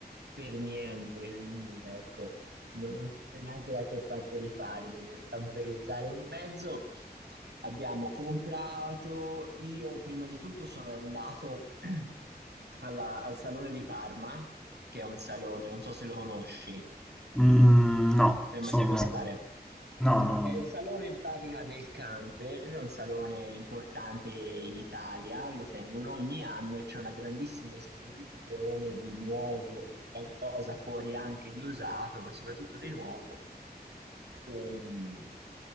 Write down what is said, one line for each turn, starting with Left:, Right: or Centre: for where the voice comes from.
Right: per niente, quindi ecco, non, non so neanche da che parte rifarmi nel camperizzare un mezzo. Abbiamo comprato, io prima di tutto sono andato <clears throat> alla- al Salone di Parma, che è un salone, non so se lo conosci,
Centre: Mm, no,
Right: se hai
Centre: sono...
Right: mai sentito parlare.
Centre: No, no, no.
Right: È il salone in pratica del camper, è un salone importante in Italia, lo tengono ogni anno e c'è una grandissima esposizione di nuovo e qualcosa fuori anche di usato, ma soprattutto di nuovo, ehm,